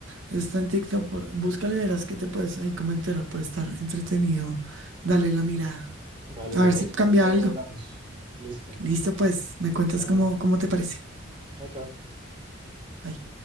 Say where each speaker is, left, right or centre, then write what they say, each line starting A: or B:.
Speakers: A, on the right (about 80°); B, on the right (about 25°).
A: Eso está en TikTok. por- Búscalo y verás que te puedes ahí como enterar, puede estar entretenido. Dale la mirada.
B: Vale,
A: A
B: lo
A: ver
B: voy
A: si
B: a buscar
A: cambia
B: y luego
A: algo.
B: hablamos. Listo.
A: Listo, pues, me cuentas
B: Vale.
A: cómo, cómo te parece.
B: Chao, chao.
A: Bye.